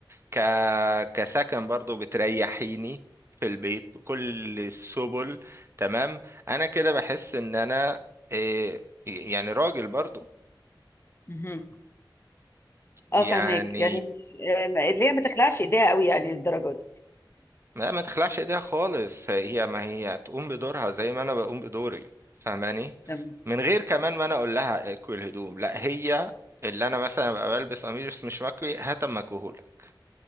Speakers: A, on the right; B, on the left.
A: ك كسكن برضو بتريحيني في البيت بكل السبل تمام انا كده بحس ان انا آه يعني راجل برضو
B: مهم.
A: يعني
B: اه فهماك يعني مش آه، ما- اللي هي ما تخلعش ايديها قوي يعني للدرجه
A: لا ما تخلعش ايديها خالص هي ما هي تقوم بدورها زي ما انا بقوم بدوري فاهماني
B: دي
A: من غير كمان ما انا اقول لها اكوي الهدوم لا هي اللي انا مثلا ابقى بلبس قميص مش مكوي هات اما اكويهولك